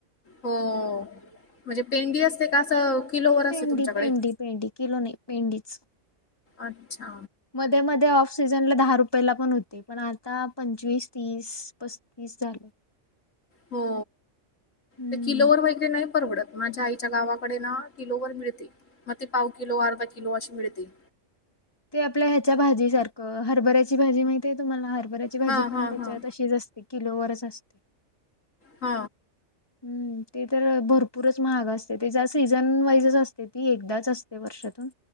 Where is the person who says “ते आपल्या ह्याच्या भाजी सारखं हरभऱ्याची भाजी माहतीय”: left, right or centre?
Left